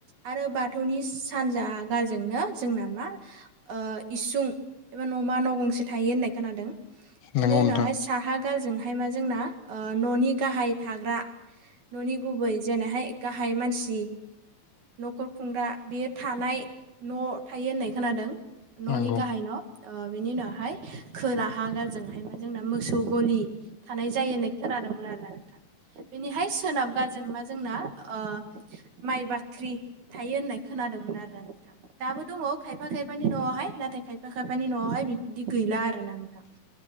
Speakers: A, on the right; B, on the left.
A: आरो बाथौनि सानजा गारजोंनो जोंना मा ओ इसुं एबा न'मा न' गंसे थायो होननाय खोनादों। बेनि
B: नंगौ
A: उनावहाय
B: नोंथां
A: साहा गारजोंहाय मा जोंना न'नि गाहाय थाग्रा न'नि गुबै जेरैहाय गाहाय मानसि न'खर खुंग्रा बेयो थानाय न' थायो होननाय खोनादों। न'नि
B: नंगौ
A: गाहाय न' बिनि उनावहाय खोलाहा गारजोंहाय मा जोंना मोसौ गलि थानाय जायो होननाय खोनादोंमोन आरोना नोंथां। बेनिहाय सोनाब गालजों मा जोंना ओ माइ बाख्रि थायो होननाय खोनादोंमोन आरोना नोंथां दाबो दङ खायफा खायफानि न'आवहाय नाथाय खायफा खायफानि न'आवहाय बिबदि गैला आरोना नोंथां।